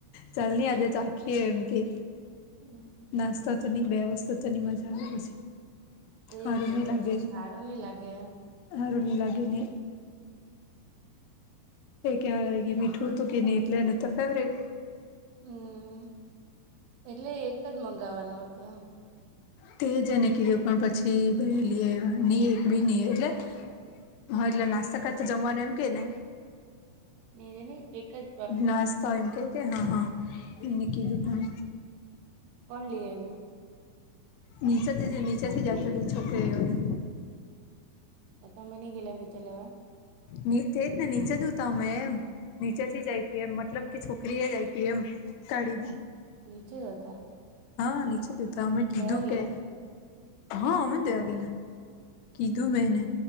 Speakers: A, on the left; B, on the right.
A: ચાલને આજે ચાખીએ એમ કે.
B: હમ્મ.
A: નાસ્તો ત ની બે વસ્તુ તે ની મજા આવે પછી.
B: તે
A: હારું
B: જ
A: ની
B: ને
A: લાગે
B: હારુંની લાગે એમ.
A: હારું ની લાગી ને? એ કેવા લાગી મીઠું હતું કે ને એટલેને તો ફેવરેટ.
B: હમ્મ, એટલે એક જ મંગાવવાનું હતું એમ.
A: તેજ એને કીધું પણ પછી બે લી આવની એક બી ની એટલે હા એટલે નાસ્તા કરાતા જમવાનું એમ કે ને
B: મેળવી એકજ.
A: નાસ્તા એમ ક કે હા હા એને કીદું તું.
B: કોણ લયાવુ.
A: નીચેથી નીચેથી જતેલી છોકરીઓય.
B: એ તમે નઇ ગયેલા નીચે લેવા.
A: નીચે ને નીચે જ હુ તમે એમ. નીચેથી જાય પી એમ મતલબ કે છોકરીએ જ આવી પી એમ કાઢીને
B: નીચે હતા.
A: હા નીચે દીધા અમે કીધું
B: લેવા ગેલા
A: કે હા અમે દેવા ગેલા કિધું મેં એને